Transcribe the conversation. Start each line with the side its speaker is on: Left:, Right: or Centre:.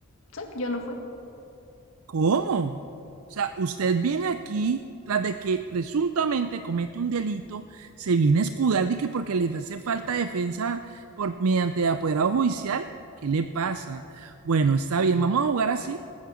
Left: sí, yo no fui.
Right: ¿Cómo? O sea, usted viene aquí tras de que presuntamente comete un delito, se viene a escudar de que porque le hace falta defensa por mediante apoderado judicial. ¿Qué le pasa? Bueno, está bien, vamos a jugar así.